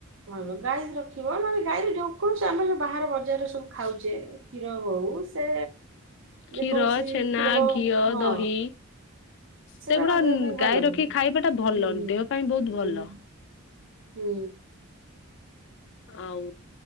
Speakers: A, on the right; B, on the left.
A: ହ ଗାଈ ରଖିବ, ନହେଲେ ଗାଈରେ ଯେ କୌଣସି ଆମର ଯଉ ବାହାର ବଜାରରେ ସବୁ ଖାଉଚେ କ୍ଷୀର ହୋଉ ସେ
B: କ୍ଷୀର
A: ଯେକୌଣସି
B: ଛେନା
A: ଥିର
B: ଘିଅ
A: ହଁ।
B: ଦହି ସେଗୁଡା
A: ସେରା କଣ ଦେହ ପାଇଁ
B: ଗାଈ
A: ଭଲ
B: ରଖିକି
A: କି
B: ଖାଇବାଟା ଭଲ
A: ହୁଁ ହୁଁ
B: ଦେହ ପାଇଁ ବହୁତ
A: ହୁଁ।
B: ଭଲ
A: ହୁଁ।
B: ଆଉ